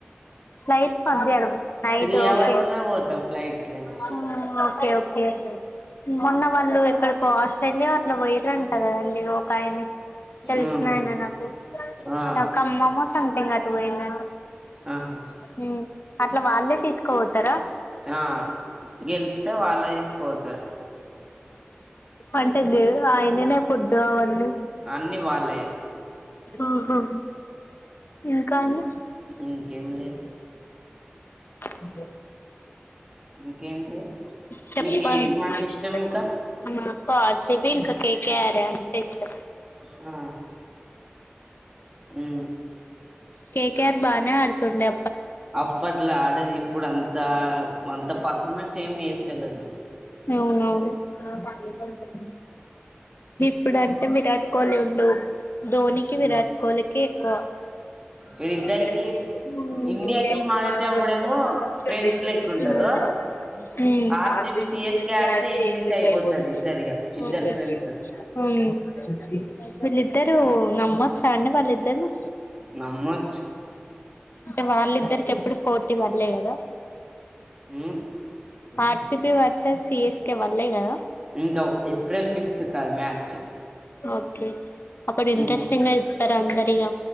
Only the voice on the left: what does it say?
ఫ్లైట్ పంపియారు నైట్
ఓకే
ఆ ఓకేకే <inaudible> మొన్న వాళ్ళు ఇక్కడికో ఆస్ట్రేలియా అట్లా వయరంట కదండి ఒక ఆయన తెలిసిన
ఆయన నాకు
నాక్ అమ్మమ్మ సమ్థింగ్ అటు పోయిండు అనీ
ఉమ్ అట్లా వాళ్ళే తీసుకోబతారా
అంటేది ఆయనైనా ఫుడ్ అవన్నీ
ఆహా ఇంకా అండి
అంటే
చెప్పలి
<unintelligible>
సి బి ఇంకా కేకయారు అంతే ఇష్ట
కేకేఆర్ బానే అడుతుండే
అవునువును అ పడిడి ఇప్పుడు అంటే విరాట్ కోహ్లీ ఉండు ధోని కి విరాట్
కోహ్లీకి ఎక్కువ ఉమ్
అవును
విల్ ఇద్దరు <unintelligible> <unintelligible> వాళ్ళిద్దర్నీ
అంటే వాళ్ళిద్దరికి ఎప్పుడు ఫోర్టీ వర్లే కదా
ఆర్సబీ వర్సస్ సిఎస్కే వల్లే కదా
ఒకే అప్పుడు ఇంట్రస్ట్
గా ఉత్తరందరిగా